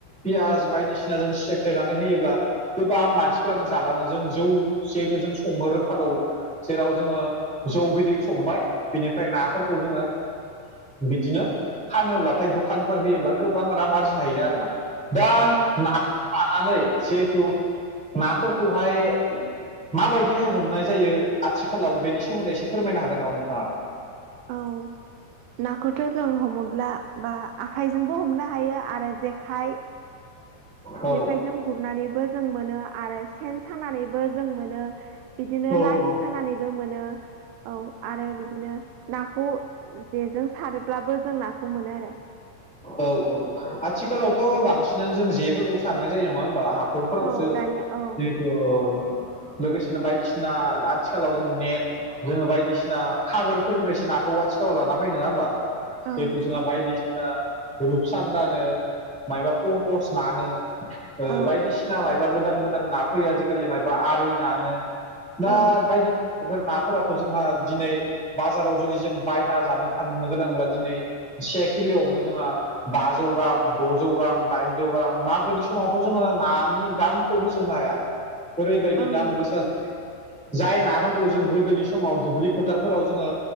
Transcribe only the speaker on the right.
औ
औ नाखौथ' जों हमोब्ला बा आखाइजोंबो हमनो हायो आरो जेखाइ
जेखायजों गुरनानैबो जों मोनो आरो सेन सानानैबो जों मोनो। बिदिनो
लाङि
सानानैबो मोनो। औ आरो बिदिनो नाखौ जेजों सारोब्लाबो जों नाखौ मोनो आरो।
औ
दानिया औ
औ
नंगौ
औ
औ
औ
नंगौ